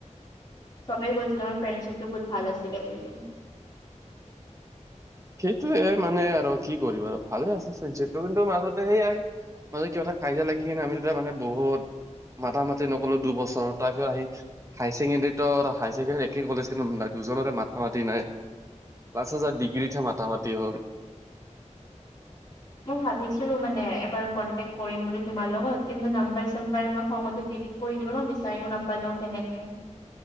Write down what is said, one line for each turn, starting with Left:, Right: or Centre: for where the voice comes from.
Left: চবেই কৈছিলে আমাৰ ফ্ৰেণ্ডশ্বিপটো বহুত ভাল আছিলে বুলি।
Right: সেইটোৱে মানে আৰু কি কৰিবা আৰু ভালে আছিল ফ্ৰেণ্ডশ্বিপটো, কিন্তু মাজতে সেইয়াই মানে কিবা এটা কাজিয়া লাগি কিনে আমি দুটাই মানে বহুত মাতা মাতি নকলো দুবছৰ তাৰ পিছত আহি হাই ছেকেণ্ডৰীতো হাই ছেকেণ্ডৰীও একে কলেজ, কিন্তু দুজনে মাতা মাতি নাই। পাছত জাই ডিগ্ৰীতহে মাথা মাতি হ'ল।
Left: মই ভাবিছিলো মানে এবাৰ কণ্টেক কৰিম বুলি তোমাৰ লগত, কিন্তু নাম্বাৰ চম্বাৰ খঙতে দিলিত কৰি দিলো ন, বিচাৰিও নাপালো তেনেকে